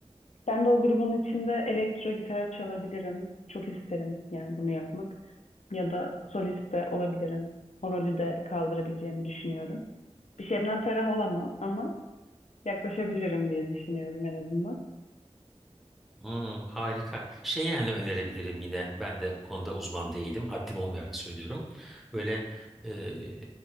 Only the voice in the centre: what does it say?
Hmm, harika. Şey yani önerebilirim yine. Ben de bu konuda uzman değilim. Haddim olmayarak söylüyorum. Böyle e,